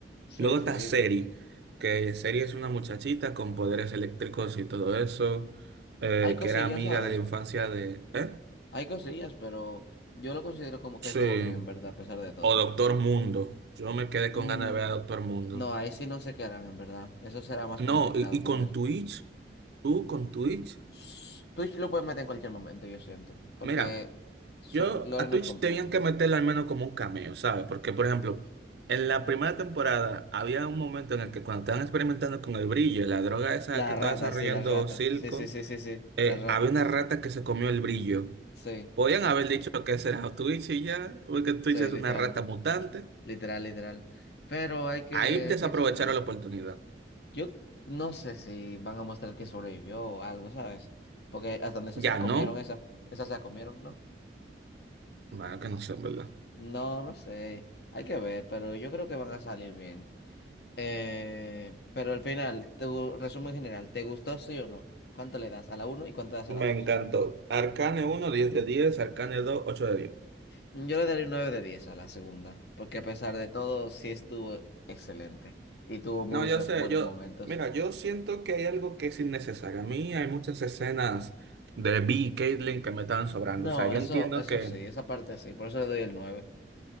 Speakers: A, on the left (about 65°); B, on the right (about 70°).
A: Sí,
B: Luego
A: sí.
B: está Seri, que Seri es una muchachita con poderes eléctricos y todo eso, eh,
A: Hay cosillas,
B: que era amiga
A: ¿sabes?
B: de la infancia de... ¿Eh?
A: Hay cosillas, pero yo lo considero como
B: Sí.
A: que estuvo bien, en verdad, a pesar de todo.
B: O Doctor Mundo. Yo me quedé
A: Mm,
B: con ganas de ver a Doctor Mundo.
A: no, ahí sí no sé qué harán, en verdad. Eso será más
B: No,
A: complicado
B: y, y
A: con
B: con
A: él.
B: Twitch, tú con Twitch,
A: S- Twitch lo puedes meter en cualquier momento, yo siento. Porque
B: mira,
A: su
B: yo
A: lore
B: a
A: no
B: Twitch
A: es complejo.
B: tenían que meterle al menos como un cameo, ¿sabes? Porque, por ejemplo, en la primera temporada había un momento en el que cuando estaban experimentando con el brillo, la droga esa
A: Las
B: que estaba
A: ratas,
B: desarrollando
A: sí, las ratas.
B: Silco,
A: Sí, sí, sí, sí, sí.
B: eh,
A: Las ratas.
B: había una rata que se comió el brillo.
A: Sí,
B: Podían haber dicho que será Twitch y ya, porque Twitch
A: sí,
B: es
A: literal.
B: una rata mutante.
A: Literal, literal. Pero hay que,
B: Ahí desaprovecharon
A: hay que esperar.
B: la oportunidad.
A: Yo no sé si van a mostrar que sobrevivió o algo, ¿sabes? Porque hasta donde se
B: Ya
A: se la comieron
B: no,
A: esa. Esa se la comieron, ¿no?
B: bueno, que no sé, en ¿verdad?
A: No, no sé. Hay que ver, pero yo creo que van a salir bien. Eh, pero al final, tu resumen general, ¿te gustó sí o no? ¿Cuánto le das a la uno y cuánto le das
B: Me
A: a la dos
B: encantó. Arcane uno diez de diez Arcane dos ocho de diez
A: Yo le daré un 9 de 10 a la segunda, porque a pesar de todo, sí estuvo excelente y tuvo muchos
B: No, yo sé,
A: buenos
B: yo,
A: momentos.
B: mira, yo siento que hay algo que es innecesario. A mí hay muchas escenas de Vi y Caitlyn que me estaban sobrando.
A: No,
B: O sea, yo
A: eso,
B: entiendo
A: eso
B: que
A: sí, esa parte sí, por eso le doy el nueve